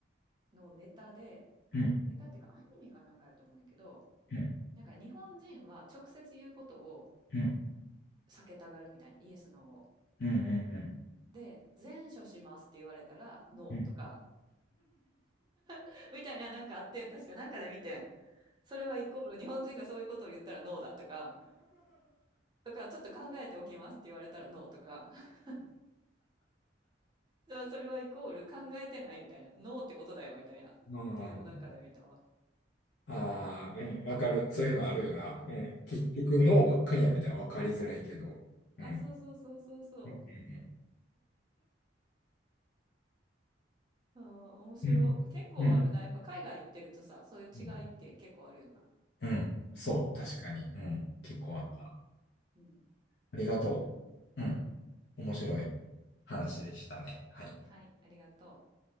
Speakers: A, on the right (about 25°); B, on the left (about 65°).
A: のネタで、
B: うん、
A: ネタっていうかアニメかなんかやと思うねんけど、
B: うん、
A: なんか日本人は直接言うことを
B: うん、
A: 避けたがるみたいな、イエス、ノーを。
B: うん、うん、う
A: で、前処しますって言われたら、ノーとか、
B: ん。うん
A: <laughs> みたいな、なんかあってん、確かなんかで見てん。それはイコール日本人がそういうことを言ったらノーだとか、とか、ちょっと考えておきますって言われたらノーとか、<laughs> じゃあそれはイコール考えてないみたいな、ノーってことだよみたいな、っていうのをなんかで見たわ。
B: <laughs> うんああ、うん、わかる。そういうのあるよな。うん。
A: うんうん。
B: 結局、脳ばっかりやみたいな。わかりづらいけど。
A: あ、
B: うん。
A: そうそうそうそうそ
B: うん。
A: う。あー、面白い。
B: うん。うん。
A: 結構あるな。
B: うんう
A: やっぱ海外行ってるとさ、そういう違いって結構あるよな。
B: んうんそう、確かに。
A: うん、
B: うん。結構あった。
A: うん、うん。
B: ありがと
A: で、
B: う。
A: うん。
B: うん。面白い話でしたね。はい。
A: はい、ありがとう。